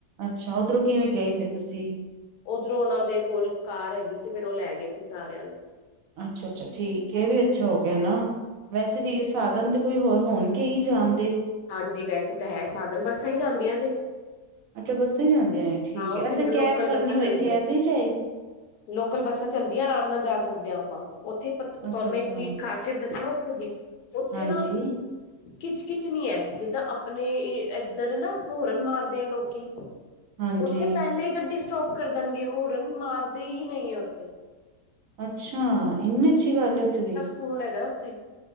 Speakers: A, on the right; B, on the left.
A: ਅੱਛਾ ਉੱਧਰੋਂ ਕਿਵੇਂ ਗਏ ਫਿਰ ਤੁਸੀਂ?
B: ਉਧਰੋਂ ਉਹਨਾਂ ਦੇ ਕੋਲ ਕਾਰ ਹੈਗੀ ਸੀ ਫਿਰ ਉਹ ਲੈ ਗਏ ਸੀ ਸਾਰਿਆਂ ਨੂੰ।
A: ਅੱਛਾ- ਅੱਛਾ ਠੀਕ ਹੈ, ਇਹ ਵੀ ਅੱਛਾ ਹੋ ਗਿਆ ਹੈ ਨਾ। ਵੈਸੇ ਵੀ ਸਾਧਨ ਤੇ ਕੋਈ ਹੋਰ ਹੋਣਗੇ ਈ ਜਾਣ ਦੇ।
B: ਹਾਂਜੀ ਵੈਸੇ ਤਾਂ ਹੈ ਸਾਧਨ ਬੱਸਾਂ ਈ ਜਾਂਦੀਆਂ ਜੇ।
A: ਅੱਛਾ ਬੱਸਾਂ ਜਾਂਦੀਆਂ ਨੇ ਠੀਕ
B: ਹਾਂ ਉੱਥੇ
A: ਹੈ, ਅੱਸੀੇ
B: ਲੋਕਲ
A: ਕੈਬ
B: ਬੱਸਾਂ
A: ਕਰਨੀ
B: ਚੱਲਦੀਆਂ
A: ਹੋਏ ਕੈਬ ਨਹੀਂ ਜਾਏਗੀ।
B: ਲੋਕਲ ਬੱਸਾਂ ਚੱਲਦੀਆਂ ਆਰਾਮ ਨਾਲ ਜਾ ਸਕਦੇ ਆ ਆਪਾਂ। ਹਾਂ ਉੱਥੇ ਪ ਤੁਹਾਨੂੰ
A: ਅੱਛਾ ਅੱਛਾ
B: ਇੱਕ ਚੀਜ਼ ਖ਼ਾਸੀਅਤ ਦੱਸਿਆ ਉੱਥੇ ਦੀ ਉੱਥੇ
A: ਹਾਂਜੀ
B: ਨਾ ਕਿੱਚ-ਕਿੱਚ ਨਹੀਂ ਹੈ, ਜਿੱਦਾਂ ਆਪਣੇ ਇੱਧਰ ਨਾ ਹੌਰਨ ਮਾਰਦੇ ਆ ਲੋਕੀ
A: ਹਾਂਜੀ
B: ਉੱਥੇ ਪਹਿਲੇ ਹੀ ਗੱਡੀ ਸਟੋਪ ਕਰ ਦੇਣਗੇ। ਹੋਰਨ ਮਾਰਦੇ ਹੀ ਨਹੀਂ ਐ ਉੱਥੇ।
A: ਅੱਛਾ ਇੰਨੀ ਅੱਛੀ ਗੱਲ ਐ ਉੱਥੇ ਦੀ।
B: ਫੌਨ ਹੈਗਾ ਉੱਥੇ